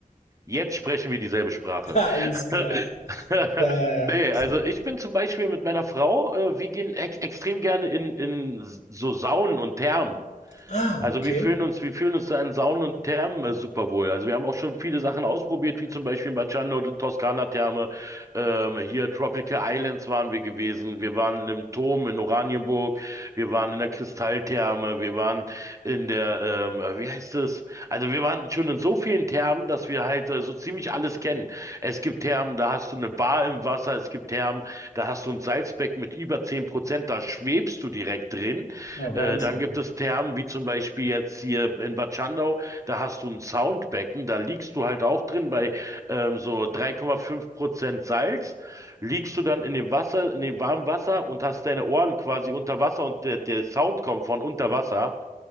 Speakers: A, on the right; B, on the left.
A: Jetzt sprechen wir dieselbe Sprache.
B: <laughs> Alles klar.
A: <laughs>
B: Ja, ja.
A: Nee,
B: Sehr
A: also
B: gut.
A: ich bin zum Beispiel mit meiner Frau, äh, wir gehen ex extrem gerne in, in so Saunen und Thermen.
B: Ah,
A: Also
B: okay.
A: wir fühlen uns, wir fühlen uns da in Saunen und Thermen äh, super wohl. Also wir haben auch schon viele Sachen ausprobiert, wie zum Beispiel in Baciano, die Toskana-Therme, ähm, hier Tropical Islands waren wir gewesen, wir waren im Turm in Oranienburg, wir waren in der Kristalltherme, wir waren in der, ähm, äh, wie heißt es, also wir waren schon in so vielen Thermen, dass wir halt äh, so ziemlich alles kennen. Es gibt Thermen, da hast du eine Bar im Wasser, es gibt Thermen, da hast du ein Salzbecken mit über 10 Prozent, da schwebst du direkt drin.
B: Na, Wahnsinn.
A: Äh, dann gibt es Thermen, wie zum Beispiel jetzt hier in Bad Schandau, da hast du ein Soundbecken, da liegst du halt auch drin bei ähm, so 3,5 Prozent Salz. Liegst du dann in dem Wasser, in dem warmen Wasser und hast deine Ohren quasi unter Wasser und der, der Sound kommt von unter Wasser.